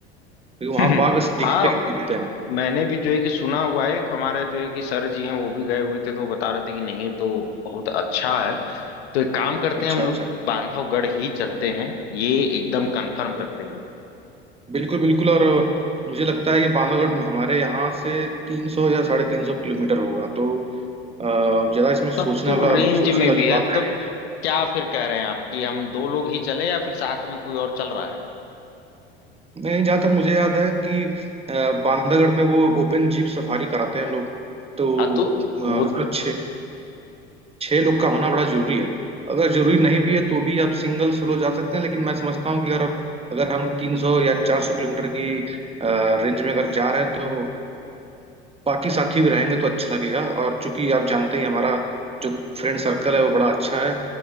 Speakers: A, on the right; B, on the left.
A: क्योंकि वहां
B: <laughs>
A: बाघ दिखते
B: हाँ
A: ही दिखते हैं
B: मैंने भी जो है कि सुना हुआ है एक हमारे जो है कि सर जी हैं वो भी गए हुए थे तो वो बता रहे थे कि नहीं तो बहुत अच्छा है तो एक काम करते
A: अच्छा
B: हैं हम
A: अच्छा
B: लोग बांधवगढ़ ही चलते हैं ये एकदम कंफर्म
A: बिल्कुल
B: करते हैं
A: बिल्कुल बिल्कुल और मुझे लगता है कि बांधवगढ़ हमारे यहाँ से तीन सौ या साढ़े तीन सौ किलोमीटर होगा तो अ, ज्यादा इसमें सोचने
B: तब तो
A: वाला
B: रेंज
A: सोचने
B: में
A: वाली
B: भी है
A: बात है
B: तब
A: नहीं
B: क्या फिर कह रहे हैं आप कि हम दो लोग ही चले या फिर साथ में कोई और चल रहा है
A: नहीं जहाँ तक मुझे याद है कि अ, बांधवगढ़ में वो ओपन जीप सफारी कराते हैं लोग तो
B: हाँ तो वो
A: अ, उसमें छः छह लोग का होना बड़ा जरूरी है अगर जरूरी नहीं भी है तो भी आप सिंगल सोलो जा सकते हैं लेकिन मैं समझता हूँ कि अगर आप अगर हम 300 या 400 किलोमीटर की रेंज में अगर जा रहे हैं तो बाकी साथी भी रहेंगे तो अच्छा लगेगा और चूंकि आप जानते ही हैं, हमारा जो फ्रेंड सर्कल है वो बड़ा अच्छा है